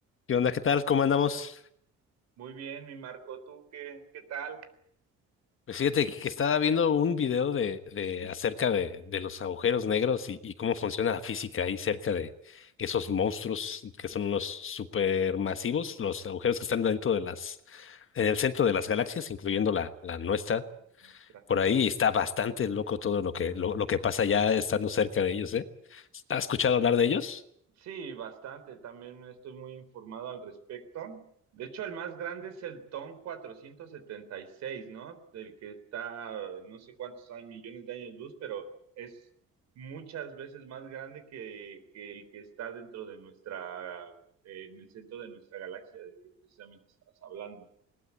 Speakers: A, on the left; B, on the right.
A: ¿Qué onda? ¿Qué tal? ¿Cómo andamos?
B: Muy bien, mi Marco, ¿tú qué, qué tal?
A: Pues fíjate que estaba viendo un video de, de acerca de, de los agujeros negros y, y cómo funciona la física ahí cerca de esos monstruos que son los supermasivos, los agujeros que están dentro de las, en el centro de las galaxias, incluyendo la, la nuestra.
B: Nuestra-
A: Por ahí está bastante loco todo lo que, lo, lo que pasa ya estando cerca de ellos, ¿eh? ¿Has escuchado hablar de ellos?
B: Sí, bastante, también estoy muy informado al respecto. De hecho, el más grande es el TON cuatrocientos setenta y seis, ¿no? Del que está eh, no sé cuántos hay, millones de años luz, pero es muchas veces más grande que, que el que está dentro de nuestra, eh, en el centro de nuestra galaxia, del que precisamente estabas hablando.